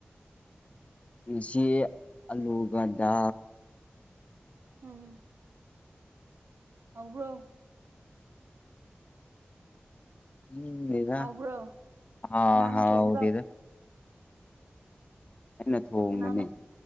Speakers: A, on the left (about 35°); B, on the right (about 75°).
A: ꯉꯁꯤ ꯑꯂꯨꯒꯗꯥ
B: ꯎꯝ ꯍꯧꯕ꯭ꯔꯣ
A: ꯎꯝ ꯏꯗ
B: ꯍꯥꯎꯕ꯭ꯔꯣ
A: ꯑ
B: ꯀꯅꯥꯅ
A: ꯍꯥꯎꯗꯗ
B: ꯊꯣꯡꯕ꯭ꯔꯣ
A: ꯑꯩꯅ ꯊꯣꯡꯕꯅꯦ
B: ꯀꯅꯥꯅ